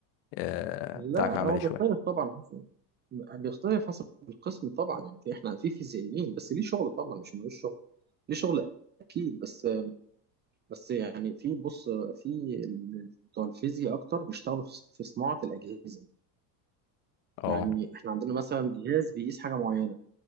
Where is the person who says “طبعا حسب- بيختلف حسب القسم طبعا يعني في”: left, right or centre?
Right